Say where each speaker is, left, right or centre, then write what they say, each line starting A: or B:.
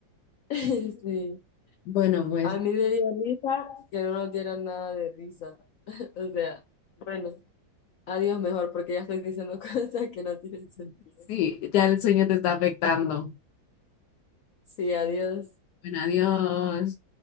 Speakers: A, on the left (about 85°); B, on the left (about 70°).
A: <laughs> Sí.
B: Bueno, pues
A: A mí me dio risa que no nos dieran nada de risa. <laughs> O sea, bueno, adiós mejor porque ya estoy diciendo <laughs> cosas que no tienen sentido.
B: sí, ya el sueño te está afectando.
A: Sí, adiós.
B: Bueno, adiós.